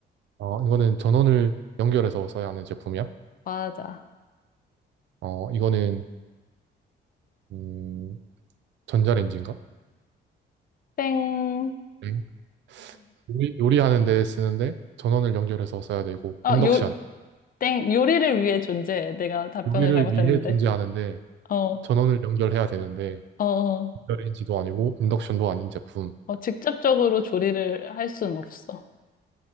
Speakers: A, on the right (about 65°); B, on the left (about 45°).
A: 어, 이거는 전원을 연결해서 써야 하는 제품이야?
B: 맞아.
A: 어, 이거는 음, 전자레인지인가?
B: 땡.
A: 응. 요리, 요리하는 데 쓰는데 전원을 연결해서 써야 되고
B: 아,
A: 인덕션.
B: 요, 땡, 요리를 위해 존재해. 내가 답변을
A: 요리를
B: 잘못했는데.
A: 위해 존재하는데
B: 어,
A: 전원을 연결해야 되는데
B: 어, 어,
A: 연결레인지도 아니고 인덕션도 아닌 제품.
B: 어, 직접적으로 조리를 할 순 없어.